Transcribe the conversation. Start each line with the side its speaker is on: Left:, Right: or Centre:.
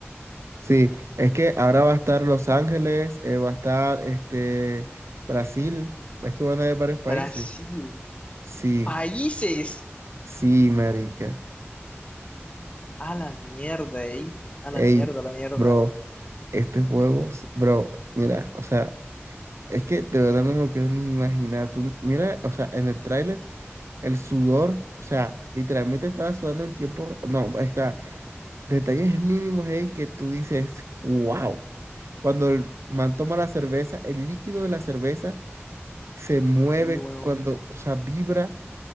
Right: Sí, es que ahora va a estar Los Ángeles, eh, va a estar este, Brasil, es que van a haber varios países.
Left: Brasil,
Right: Sí,
Left: países,
Right: sí, marica.
Left: a la mierda, ahí, a
Right: Ey,
Left: la mierda, a la mierda.
Right: bro, este juego, s- bro, mira, o sea. Es que de verdad no me lo quiero ni imaginar. Tú, mira, o sea, en el tráiler, el sudor, o sea, literalmente estaba sudando en tiempo. No, es que detalles mínimos ahí que tú dices, wow. Cuando el man toma la cerveza, el líquido de la cerveza se
Left: Mm,
Right: mueve,
Left: Sí, weón.
Right: cuando, o sea, vibra.